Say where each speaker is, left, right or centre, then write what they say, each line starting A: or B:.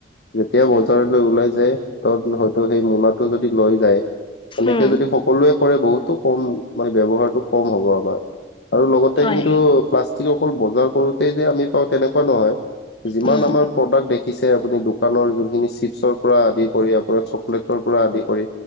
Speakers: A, on the left; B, on the left.
A: যেতিয়া বজাৰলৈ ওলাই যায়, হাতত হয়তো সেই মোনাটো যদি লৈ যায় এনেকে
B: উম,
A: যদি সকলোৱে কৰে বহুতো কম মানে ব্যৱহাৰটো কম হ'ব আমাৰ। আৰু লগতে
B: উম,
A: কিন্তু প্লাষ্টিক অকল বজাৰ কৰোঁতে যে আমি পাওঁ তেনেকুৱা নহয়। যিমান
B: উম,
A: আমাৰ প্ৰডাক্ট দেখিছে আপুনি দোকানৰ যোনখিনি চিপছৰ পৰা আদি কৰি আপোনাৰ চক কলেটৰ পৰা আদি কৰি